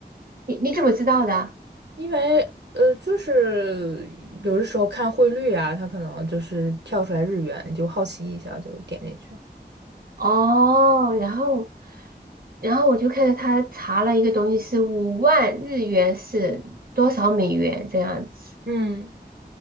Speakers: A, on the right; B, on the right.
A: 你你怎么知道的？
B: 因为呃，就是有的时候看汇率啊，它可能就是跳出来日元，你就好奇一下就点进去。了。
A: 哦，然后然后我就看到他查了一个东西是五万日元是多少美元这样子。
B: 嗯，